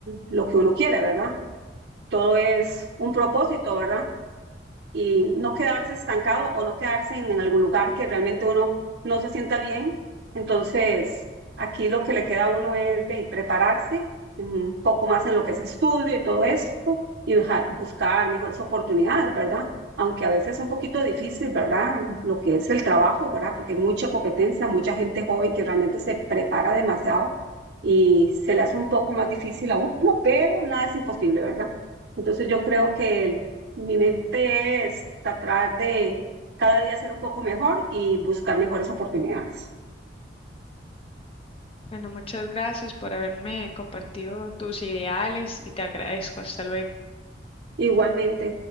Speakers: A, on the right; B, on the left.
A: lo que uno quiere, ¿verdad? Todo es un propósito, ¿verdad? y no quedarse estancado o no quedarse en, en algún lugar que realmente uno no se sienta bien. Entonces, aquí lo que le queda a uno es de prepararse un poco más en lo que es estudio y todo esto y buscar mejores oportunidades, ¿verdad? Aunque a veces es un poquito difícil, ¿verdad? Lo que es el trabajo, ¿verdad? Porque hay mucha competencia, mucha gente joven que realmente se prepara demasiado y se le hace un poco más difícil a uno, pero nada es imposible, ¿verdad? Entonces yo creo que mi mente es tratar de cada día ser un poco mejor y buscar mejores oportunidades.
B: Bueno, muchas gracias por haberme compartido tus ideales y te agradezco. Hasta luego.
A: Igualmente.